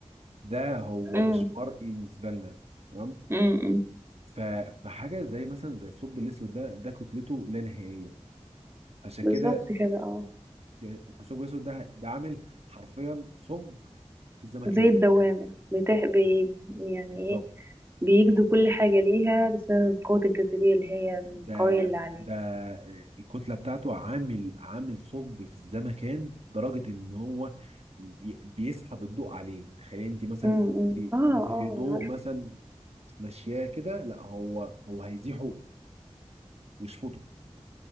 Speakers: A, on the right; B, on the right.
A: ده هو
B: امم
A: مش مرئي بالنسبه لنا تمام
B: امم
A: ف... فحاجه زي مثلا زي الثقب الاسود ده ده كتلته لا نهائيه عشان
B: بالظبط
A: كده
B: كده اه
A: يعني الثقب الاسود ده ده عامل حرفيا ثقب في الزمكان
B: زي الدوامة بتح... بي... يعني
A: بالظبط
B: ايه بيجذب كل حاجة ليها بسبب قوة الجاذبية اللي هي القوية
A: ده
B: اللي عليه
A: ده الكتلة بتاعته عامل عامل ثقب في الزمكان لدرجة ان هو بي- بيسحب الضوء عليه تخيلي انت مثلا
B: امم اه
A: انت في
B: اه
A: ضوء
B: عارف
A: مثلا ماشياه كده لا هو هو هيزيحه ويشفطه